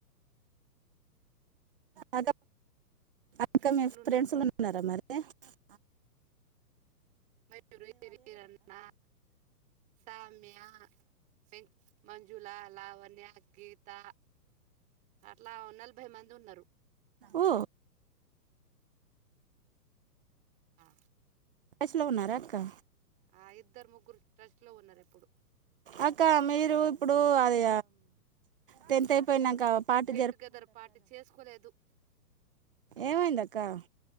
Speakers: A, on the right (about 35°); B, on the right (about 15°).
A: అ అక్క
B: ఫ్రెండ్స్లు
A: మీ
B: ఉన్నారు
A: ఫ్రెండ్స్ లో ఉన్నారా మరి స
B: మయూరు వీరణ సమ్యా వెం మంజుళ లావణ్య గీతా అట్లా నలభై మంది ఉన్నారు
A: ఓ
B: ఆ
A: సు లో ఉన్నారుార కా
B: ఆ ఇద్దరు ముగ్గురు ట్రస్ట్ లో ఉన్నారు ఎప్పుడు
A: అక్క మీరు ఇప్పుడు అది టెన్త్ అయిపోయినాక పార్టీ
B: గెట్టుగెదర్ పార్టీ చేసుకోలేదు
A: ఏమ దాకా